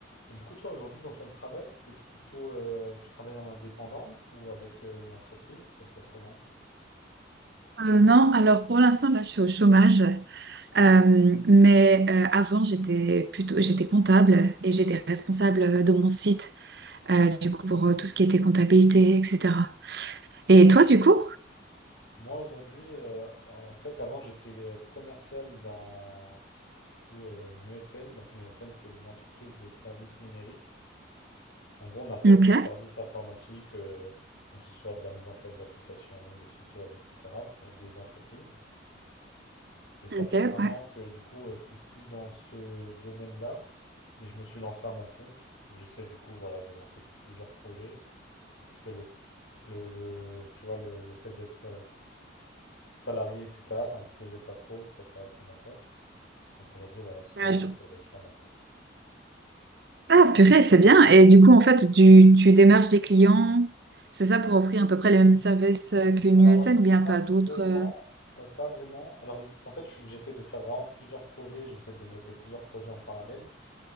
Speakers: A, on the left (about 70°); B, on the right (about 55°).
A: Et du coup, toi, aujourd'hui, dans ton travail, t'es plutôt, euh, tu travailles en indépendante ou avec euh, une entreprise? Ça se passe comment?
B: Euh, non, alors pour l'instant, là, je suis au chômage. Euh, mais euh, avant, j'étais plutôt, j'étais comptable et j'étais responsable de mon site, euh, du coup, pour euh, tout ce qui était comptabilité, etc. Et toi, du coup?
A: Moi, aujourd'hui, euh, alors, en fait, avant, j'étais euh, commercial dans, du coup, euh, une ESN. Donc, une ESN, c'est une entreprise de services numériques. En gros, on apporte
B: Ok,
A: des services informatiques, euh, donc que ce soit de la mise en place d'applications, des sites web, etc., pour des entreprises. Et ça
B: ok,
A: fait un
B: ouais.
A: an que du coup, euh, je suis plus dans ce domaine-là, mais je me suis lancé à mon compte, où j'essaie du coup, voilà, de lancer plusieurs projets. Parce que le, le, le- tu vois, le, le fait d'être euh, salarié, etc., ça me plaisait pas trop, je préfère être à mon compte. Donc aujourd'hui, voilà, ça fait
B: Ouais,
A: un
B: je-
A: an que je suis à mon compte.
B: Ah, purée, c'est bien. Et du coup, en fait, tu, tu démarches des clients, c'est ça pour offrir à peu près les mêmes services euh, qu'une
A: Alors,
B: USN
A: euh,
B: ou bien
A: pas
B: tu as
A: vraiment,
B: d'autres...
A: euh, pas vraiment. Alors, il- en fait, je suis- j'essaie de faire vraiment plusieurs projets, j'essaie de développer plusieurs projets en parallèle.